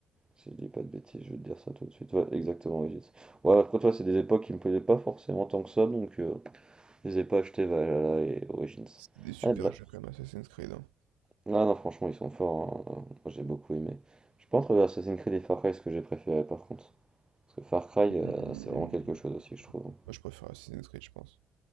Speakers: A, on the right; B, on the right.
A: Si je dis pas de bêtises, je vais te dire ça tout de suite. Ouais, exactement, Origins. Ouais, après toi, c'est des époques qui me plaisaient pas forcément tant que ça, donc euh, je les ai pas achetés Valhalla et Origins.
B: C'était des super
A: Ah, Bla-
B: jeux, quand même, Assassin's Creed. hein.
A: Ah non, franchement, ils sont forts. hein. Moi, j'ai beaucoup aimé. Je pense entre Assassin's Creed et Far Cry, ce que j'ai préféré par contre. Parce que Far Cry, euh,
B: Mm.
A: c'est vraiment quelque chose aussi, je trouve.
B: Moi, je préfère Assassin's Creed, je pense.